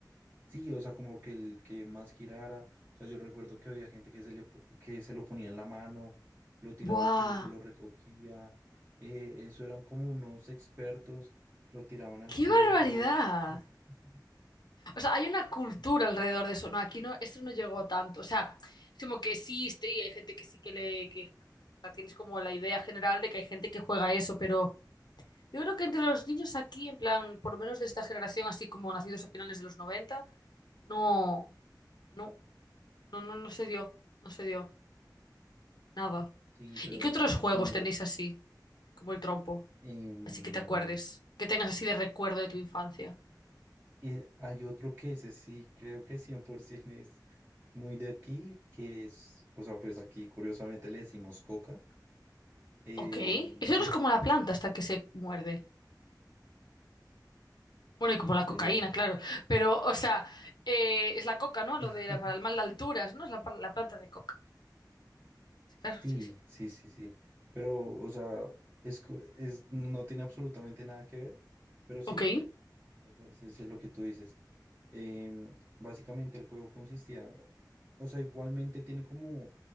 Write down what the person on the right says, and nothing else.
Sí, o sea, como que el que más girara, o sea, yo recuerdo que había gente que se le, po- que se lo ponía en la mano, lo tiraba
al piso, lo recogía, eh, eso eran como unos expertos, lo tiraban al
cielo.
o sea, <laughs>
Sí,
sí, pero
aquí
mira,
em,
y hay otro que ese sí, creo que 100% es muy de aquí, que es, o sea, pues aquí curiosamente le decimos coca, eh,
pero,
eh,
<laughs>
Sí,
sí, sí, sí. Pero, o sea, es, co- es, no tiene absolutamente nada que ver, pero sí,
o sea, es, es lo que tú dices. Em, básicamente el juego consistía, o sea, igualmente tiene como,